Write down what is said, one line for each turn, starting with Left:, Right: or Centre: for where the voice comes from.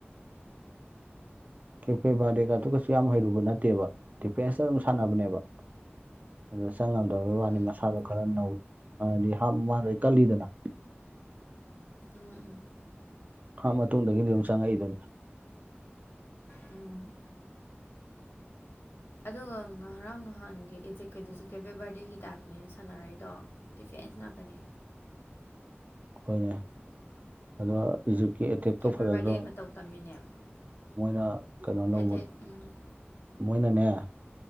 Right: ꯀꯦꯐꯦ ꯕꯥꯔꯗꯦꯒ ꯑꯗꯨ ꯀꯩꯁꯨ ꯌꯥꯝ ꯍꯩꯔꯨꯕ ꯅꯠꯇꯦꯕ ꯗꯆꯐꯦꯁꯟꯇ ꯑꯗꯨꯝ ꯁꯥꯟꯅꯕꯅꯦꯕ ꯑꯗꯨꯗ ꯆꯪꯉꯝꯗꯕꯩ ꯋꯥꯅꯤ
Left: ꯎꯝ
Right: ꯃꯁꯥꯗꯣ ꯈꯔ ꯅꯧ ꯍꯥꯏꯗꯤ ꯃꯥꯗꯩ ꯀꯜꯂꯤꯗꯅ
Left: ꯎꯝ ꯎꯝ
Right: ꯍꯥꯞ ꯃꯇꯨꯡꯗꯒꯤꯗꯤ ꯑꯗꯨꯝ ꯆꯪꯉꯛꯏꯗꯨꯅꯤ
Left: ꯎꯝ ꯑꯗꯨꯒ ꯉꯔꯥꯡ ꯅꯍꯥꯟꯒꯤ ꯏꯖꯤꯞꯀꯤꯗꯨꯁꯨ ꯀꯦꯄꯦ ꯕꯥꯔꯗꯦꯒꯤ ꯇꯥꯏꯞꯅꯦ ꯁꯥꯟꯅꯔꯛꯏꯗꯣ ꯗꯤ ꯐꯦꯟꯁ ꯉꯥꯛꯇꯅꯦ
Right: ꯍꯣꯏꯅꯦ ꯑꯗꯣ ꯏꯖꯤꯞꯀꯤ ꯑꯦꯇꯦꯛꯇꯣ
Left: ꯀꯦꯄꯦ
Right: ꯐꯖꯗ꯭ꯔꯣ
Left: ꯕꯔꯗꯦ ꯃꯇꯧ ꯇꯝꯃꯤꯅꯦ
Right: ꯃꯣꯏꯅ ꯀꯩꯅꯣ ꯂꯧꯕ
Left: ꯑꯦꯇꯦꯛ ꯎꯝ
Right: ꯃꯣꯏꯅꯅꯦ